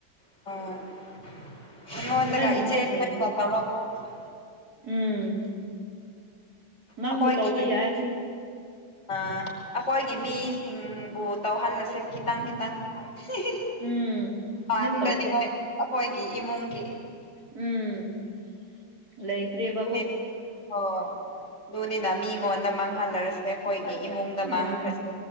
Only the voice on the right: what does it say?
ꯂꯣꯏꯅꯃꯛ
ꯀꯔꯤꯅꯣ ꯎꯝ ꯅꯪꯕꯨ
ꯇꯧꯕ ꯌꯥꯏ ꯁꯤ
ꯎꯝ
ꯑꯗꯨꯝ ꯇꯧꯁꯦ
ꯎꯝ ꯂꯩꯇ꯭ꯔꯤꯕ
ꯎꯝ